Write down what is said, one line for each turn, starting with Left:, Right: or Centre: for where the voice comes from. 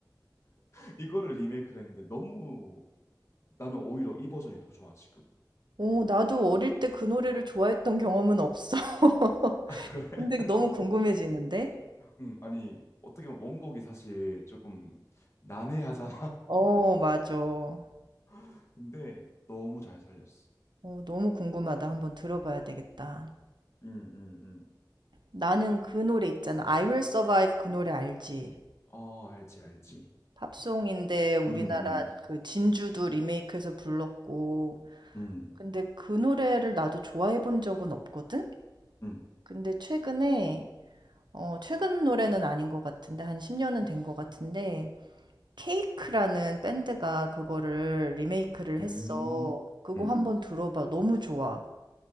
Left: <laughs> 이거를 리메이크를 했는데 너무 나는 오히려 이 버전이 더 좋아, 지금.
Right: 오, 나도 어릴 때 그 노래를 좋아했던 경험은 없어. <laughs>
Left: <laughs> 그래.
Right: 근데 너무 궁금해지는데?
Left: 음, 아니, 어떻게 보면 원곡이 사실 조금 난해하잖아.
Right: 어, 맞아. 어,
Left: <laughs> 근데 너무 잘 살렸어.
Right: 너무 궁금하다. 한번 들어봐야 되겠다.
Left: 음, 음, 음.
Right: 나는 그 노래 있잖아. I Will Survive 그 노래 알지?
Left: 어, 알지, 알지.
Right: 팝송인데 우리나라
Left: 음, 음,
Right: 그 진주도 리메이크해서 불렀고
Left: 음,
Right: 근데 그 노래를 나도 좋아해 본 적은 없거든?
Left: 음.
Right: 근데 최근에 어 최근 노래는 아닌 것 같은데 한 10년은 된 것 같은데 케이크라는 밴드가 그거를 리메이크를
Left: 음.
Right: 했어. 그거
Left: 음.
Right: 한번 들어봐. 너무 좋아.